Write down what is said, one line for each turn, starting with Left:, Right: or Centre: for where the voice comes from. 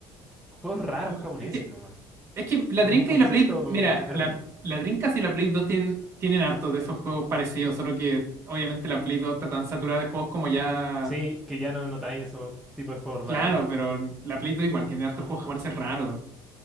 Centre: juegos raros
Right: Y
Centre: japoneses
Right: Es que,
Centre: nomás,
Right: es que la
Centre: con
Right: Drinka
Centre: un concepto
Right: y la Play, mira,
Centre: enfermo.
Right: la, la Dreamcast y la Play 2 tienen, tienen harto de esos juegos parecidos, solo que obviamente la Play 2 está tan saturada de juegos como ya
Centre: Sí, que ya no notáis esos tipos de juegos
Right: Claro,
Centre: raros.
Right: pero la Play 2 igual tiene harto juego japonés es raro.